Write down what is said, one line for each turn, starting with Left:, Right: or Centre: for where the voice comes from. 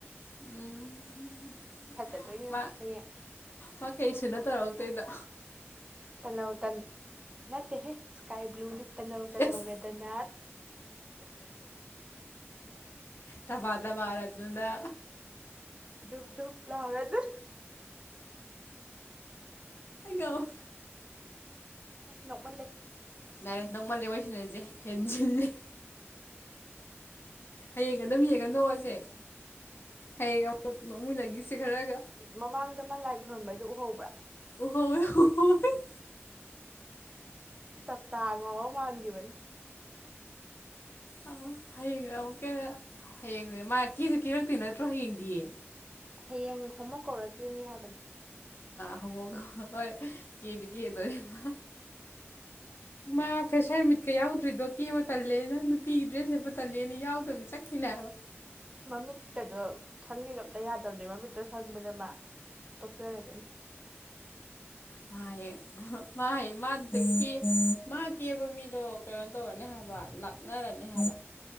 Left: ꯎꯝ
Right: ꯐꯖꯗꯣꯏꯅꯦꯣ
Left: ꯃꯥ
Right: ꯍꯌꯦꯡ
Left: ꯃꯥ ꯀꯩꯁꯨꯅ ꯇꯔ ꯍꯇꯗ
Right: ꯇꯅ ꯇꯟ ꯅꯠꯇꯦꯦ ꯏꯁꯀꯥꯏ ꯕ꯭ꯂꯨꯅꯤꯠꯇ ꯅꯧ ꯇ
Left: ꯑꯦꯁ
Right: ꯅꯧꯔꯗꯅ
Left: ꯇꯃꯇꯂ ꯃꯥꯔ ꯑꯗꯨꯗ
Right: ꯨꯞꯞ ꯨꯞꯄ ꯂꯥꯎꯔꯦ ꯑꯗꯨ
Left: ꯒꯥꯎ
Right: ꯑꯦ ꯅꯃꯜ ꯂꯩꯦ
Left: ꯃꯅꯦꯦ ꯅꯣꯡꯧꯃꯜꯂꯤ ꯑꯣꯏꯣꯏꯁꯤꯟꯅꯁꯦ ꯍꯦꯠꯖꯜꯂꯦ ꯍꯌꯦꯡ ꯑꯗꯨꯝ ꯌꯦꯡꯉꯗꯣꯁꯦ ꯍꯌꯦꯡ
Right: ꯑꯁ
Left: ꯑꯃꯨꯛ ꯅꯣꯛꯃꯤꯟꯅꯈꯤꯁꯦ ꯈꯔꯒ
Right: ꯃꯃꯥꯡꯗ ꯃꯥ ꯂꯥꯏ ꯈꯨꯔꯝꯕꯩꯗꯣ ꯎꯍꯧꯕ꯭ꯔꯥ
Left: ꯎꯍꯧꯦ ꯍꯧꯣꯕ <unintelligible>
Right: ꯇꯞ ꯇ ꯑꯉ ꯃꯥꯥꯡꯒꯌꯕꯅꯤ
Left: ꯑ ꯍꯌꯦ ꯑꯣꯦ <unintelligible> ꯍꯦꯅꯦ ꯃꯥ ꯀꯦꯁꯨꯦ ꯀꯦꯔꯛꯇꯦ ꯅꯠꯇ꯭ꯔꯣ ꯍꯌꯦꯡꯗꯤꯌꯦ
Right: ꯍꯌꯦꯡ ꯍꯣꯃꯨ ꯀꯧꯔꯛꯀꯦꯅꯤ ꯍꯥꯏꯕꯅꯤ
Left: ꯍꯧꯃꯛ ꯍꯣꯏ ꯀꯦꯗꯤ ꯀꯦꯗꯣꯔꯦ ꯃꯥ ꯃꯥ ꯐ꯭ꯔꯦꯁꯥꯔ ꯃꯤꯠꯀ ꯌꯥꯎꯗ꯭ꯔꯤꯗꯣ ꯀꯦꯕ ꯄꯜꯂꯦꯅ ꯄꯤꯔ ꯔꯦꯁꯦ ꯇ ꯂꯦꯅꯤ ꯌꯥꯎꯗꯕꯤ ꯆꯈꯤꯅꯕ
Right: ꯃꯃꯤꯠꯀꯩꯗꯣ ꯁꯪꯒꯗ ꯑꯝꯇ ꯌꯥꯗꯕꯅꯦ ꯃꯃꯤꯠꯇꯣ ꯁꯪꯕꯗꯃ ꯇꯁ ꯅꯗ
Left: ꯃꯥ ꯍꯌꯦꯡ ꯃꯥ ꯍ ꯃꯥꯗꯨ ꯃꯥ ꯀꯦꯕ ꯃꯤꯗꯣ ꯀꯩꯅꯣ ꯇꯧꯔꯅꯤ ꯍꯥꯏꯕ ꯂꯥꯛꯅꯔꯅꯤ ꯍꯥꯏꯕ